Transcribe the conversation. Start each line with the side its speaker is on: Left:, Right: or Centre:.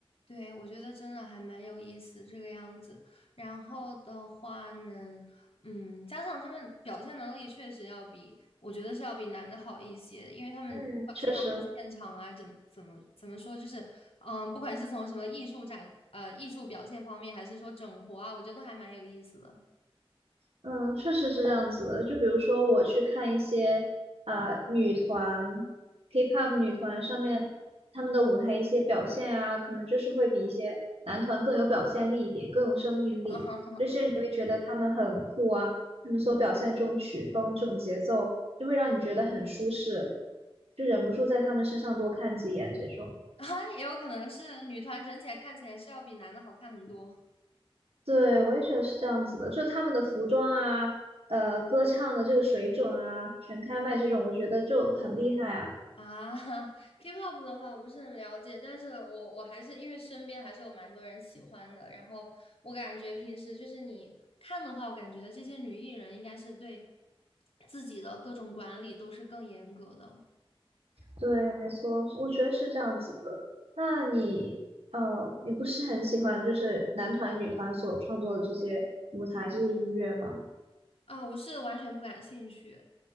Left: 对，我觉得真的还蛮有意思这个样子。然后的话呢，嗯，加上他们表现能力确实要比，我觉得是要比男的好一些，因为他们不管是他们现场啊，
Right: 嗯，确实。
Left: 怎怎么怎么说，就是，嗯，不管是从什么艺术展，呃，艺术表现方面，还是说整活啊，我觉得都还蛮有意思的。
Right: 嗯，确实是这样子的。就比如说，我去看一些啊、呃女团、K-pop 女团上面他们的舞台一些表现啊，可能就是会比一些男团更有表现力一点，更有生命力。
Left: <laughs>
Right: 就以你会觉得他们很酷啊，他们所表现这种曲风、这种节奏，就会让你觉得很舒适，就忍不住在他们身上多看几眼这种。
Left: 啊，也有可能是女团整体来看起来是要比男的好看很多。
Right: 对，我也觉得是这样子的，就他们的服装啊，呃，歌唱的这个水准啊，全开麦这种，我觉得就很厉害啊。
Left: 啊 <laughs>，K-pop 的话我不是很了解，但是我我还是因为身边还是有蛮多人喜欢的，然后我感觉平时就是你看的话，我感觉这些女艺人应该是对自己的各种管理都是更严格的
Right: 对，没错，我觉得是这样子的。那你，呃，你不是很喜欢就是男团、女团所创作的这些舞台这些音乐吗？
Left: 啊，我是完全不感兴趣。